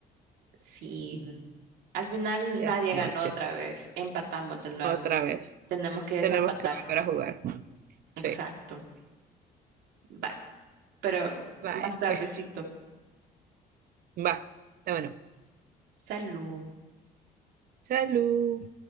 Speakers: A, on the right; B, on the right.
A: Sí. Al final
B: Ya
A: nadie
B: es noche.
A: ganó otra vez. Empatamos de nuevo.
B: Otra vez.
A: Tenemos que desempatar.
B: Tenemos que volver a jugar.
A: Exacto.
B: Sí.
A: Bye. Pero
B: Vaya,
A: más tardecito.
B: pues. Va. Está bueno.
A: Salud.
B: Salud.